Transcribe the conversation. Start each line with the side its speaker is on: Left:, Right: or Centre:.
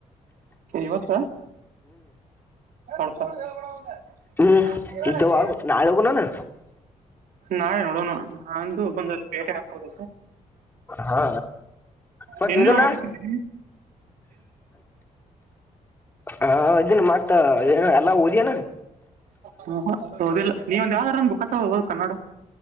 Right: ಇವತ್ತ ಸ್ಪ <unintelligible>
Left: ಹ್ಮ್ ಇಂತವ ನಾಳೆ ಹೋಗುಣನ
Right: ನಾಳೆ ನೋಡೋಣ.. ಅಂದು ಬಂದಲ್ಲಿ ಬೇಟೆ ಆಗ್ಬೋದು.
Left: ಹಾ ಮತ್ತ
Right: ನಿನ್ನೆ
Left: ಇದನ.
Right: ಹೋಗ್ಬೇಕಿತ್ತು
Left: ಹಾ ಇದನ್ ಮಾಡ್ತ ಏ ಎಲ್ಲ ಓದಿಯ.
Right: ಹ್ಮ ಹ ಓದಿಲ್ಲ ನೀವ ಒಂದ ಯಾವ್ದಾರಂದ ಬುಖತೋ ಹೋದ ಕನ್ನಡ